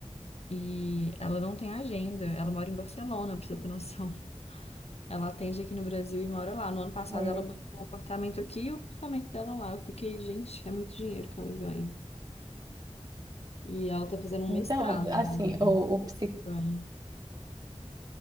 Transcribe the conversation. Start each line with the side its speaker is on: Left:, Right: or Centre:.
Left: e ela não tem agenda. Ela mora em Barcelona, pra você ter noção. Ela atende aqui no Brasil e mora lá. No ano passado
Right: É,
Left: ela bancou um apartamento aqui e o apartamento dela lá. Eu fiquei, gente, é muito dinheiro que ela ganha. E ela tá fazendo um
Right: então,
Left: mestrado
Right: assim,
Left: agora.
Right: o, o, psi-
Left: Ganha.